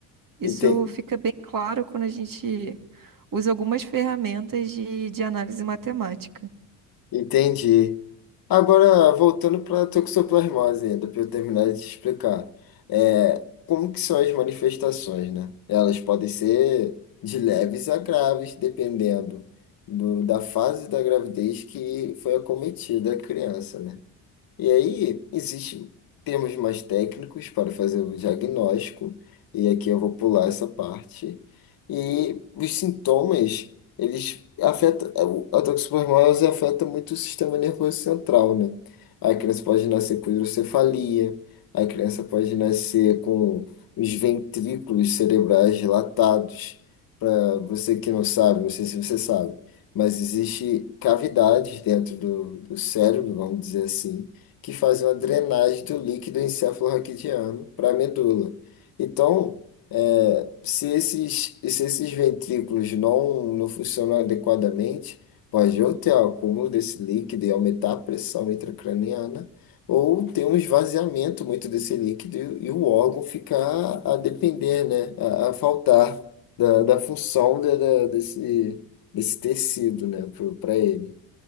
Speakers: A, on the right; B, on the left.
A: Isso
B: Enten-
A: fica bem claro quando a gente usa algumas ferramentas de, de análise matemática.
B: Entendi. Agora, voltando para a toxoplasmose ainda, para eu terminar de te explicar. É, como que são as manifestações, né? Elas podem ser de leves a graves, dependendo do- da fase da gravidez que foi acometida a criança, né? E aí, existem termos mais técnicos para fazer o diagnóstico, e aqui eu vou pular essa parte. E os sintomas, eles afetam, a toxoplasmose afeta muito o sistema nervoso central, né? A criança pode nascer com hidrocefalia, a criança pode nascer com os ventrículos cerebrais dilatados. Para você que não sabe, não sei se você sabe, mas existe cavidades dentro do, do cérebro, vamos dizer assim que faz uma drenagem do líquido encefalorraquidiano para a medula. Então, é, se esses, se esses ventrículos não, não funcionam adequadamente, pode ou ter acúmulo desse líquido e aumentar a pressão intracraniana, ou ter um esvaziamento muito desse líquido e, e o órgão ficar a depender, né, a, a faltar da, da função da, da- desse, desse tecido, né, para ele.